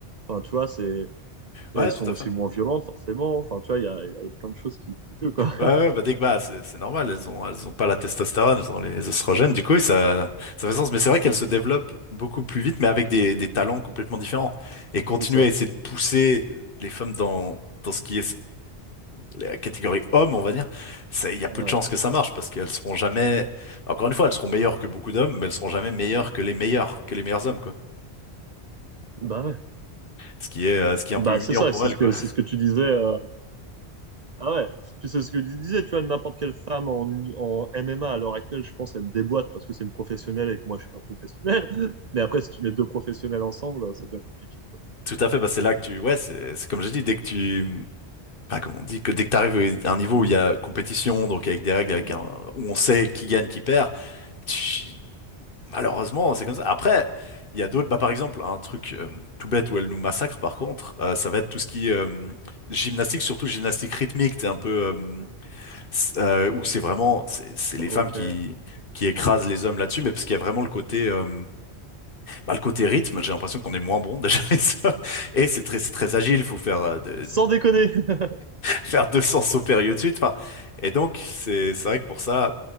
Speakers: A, on the right; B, on the left.
A: Enfin, tu vois, c'est et
B: ouais,
A: elles sont
B: tout
A: aussi
B: à fait.
A: moins violentes, forcément. Enfin, tu vois, il y a, il y a- il y a plein de choses qui qui jouent, quoi. <laughs>
B: Ouais, ouais, bah dès que bah c'est c'est normal, elles ont elles ont pas la testostérone, elles ont les oestrogènes. Du coup, oui, ça ça fait sens, mais c'est vrai qu'elles se développent beaucoup plus vite, mais avec des des talents complètement différents. Et continuer
A: C'est ça.
B: à essayer de pousser les femmes dans dans ce qui est la catégorie homme, on va dire, ça- il y a peu
A: Ouais.
B: de chances que ça marche parce qu'elles seront jamais. Encore une fois, elles seront meilleures que beaucoup d'hommes, mais elles seront jamais meilleures que les meilleurs que les meilleurs hommes, quoi.
A: Bah ouais.
B: Ce qui est euh, ce qui est un
A: Bah
B: peu humiliant
A: c'est ça,
B: pour
A: c'est
B: elles,
A: ce que
B: quoi.
A: c'est ce que tu disais. euh, Bah ouais. Puis c'est ce que tu disais, tu vois, n'importe quelle femme en, en MMA à l'heure actuelle, je pense, elle me déboîte parce que c'est une professionnelle et que moi je suis pas professionnel. <laughs> Mais après, si tu mets deux professionnels ensemble, ça devient compliqué, quoi.
B: Tout à fait, bah c'est là que tu ouais c'est c'est comme j'ai dit, dès que tu Enfin, comme on dit que dès que tu arrives à un niveau où il y a compétition, donc avec des règles, avec
A: Ouais.
B: un, où on sait qui gagne, qui perd, tch, malheureusement, c'est comme ça. Après, il y a d'autres, bah, par exemple, un truc euh, tout bête où elle nous massacre, par contre, euh, ça va être tout ce qui est euh, gymnastique, surtout gymnastique rythmique, t'es un peu, euh, c- euh, où c'est vraiment, c'est c'est
A: Ok.
B: les femmes qui, qui écrasent les hommes là-dessus, mais parce qu'il y a vraiment le côté, euh, bah, le côté rythme, j'ai l'impression qu'on est moins bon déjà <laughs> les hommes. Et c'est très, c'est très agile, faut faire euh, de-
A: Sans déconner. <laughs>
B: faire 200 sauts périlleux de suite. Enfin, et donc, c'est c'est vrai que pour ça,